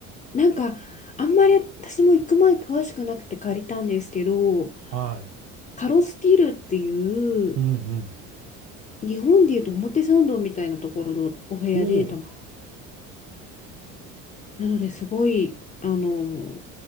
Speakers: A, on the left (about 20°); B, on the right (about 40°).
A: う、なんかあんまり私も行く前詳しくなくて借りたんですけど、
B: はい。
A: カロスティルっていう、
B: うんうん。
A: 日本でいうと表参道みたいなところのお部屋でたま、
B: おお、
A: なのですごい、あの、